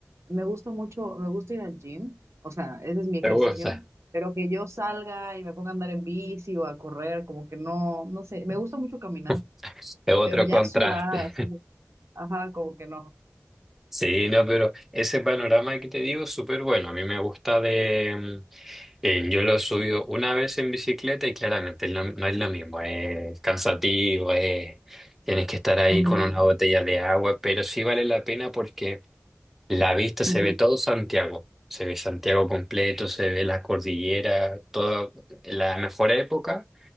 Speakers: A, on the right; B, in the centre.
A: me gusta mucho, me gusta ir al gym, o sea, ese es mi ejercicio,
B: ¿Te gusta?
A: pero que yo salga y me ponga a andar en bici o a correr, como que no, no sé, me gusta mucho caminar,
B: <laughs> Es otro
A: pero ya
B: contraste.
A: sudar así, ajá, como que no.
B: Sí, no, pero ese panorama que te digo es súper bueno. A mí me gusta de, em, Eh, yo lo he subido una vez en bicicleta y claramente no, no es lo mismo, es cansativo, es- tienes que estar ahí
A: Ujú,
B: con una botella de agua, pero sí vale la pena porque la vista
A: ujú,
B: se ve todo Santiago, se ve Santiago completo, se ve las cordilleras, toda la mejor época